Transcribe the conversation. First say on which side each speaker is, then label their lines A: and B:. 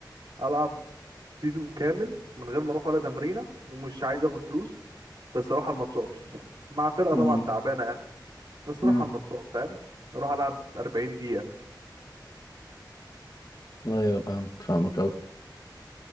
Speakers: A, on the right; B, on the left.
A: العب سيزون كامل من غير ما اروح ولا تمرينه ومش عايز اخد فلوس بس اروح على الماتشات مع فرقه
B: امم
A: طبعا تعبانه يعني بس
B: امم
A: اروح على الماتشات فاهم اروح العب 40 دقيقه
B: ايوه فاهمك فاهمك قوي